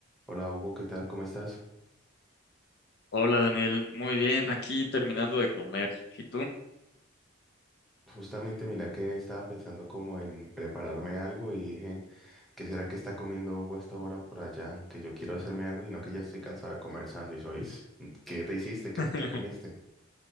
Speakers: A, in the centre; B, on the left.
A: Hola Hugo, ¿qué tal? ¿Cómo estás?
B: Hola Daniel, muy bien, aquí terminando de comer. ¿Y tú?
A: Justamente mira que estaba pensando como en prepararme algo y dije, ¿qué será que está comiendo Hugo hasta ahora por allá? Que yo quiero hacerme algo, sino que ya estoy cansado de comer sándwich, ¿oís? ¿Qué te hiciste? ¿Qué,
B: <laughs>
A: qué comiste?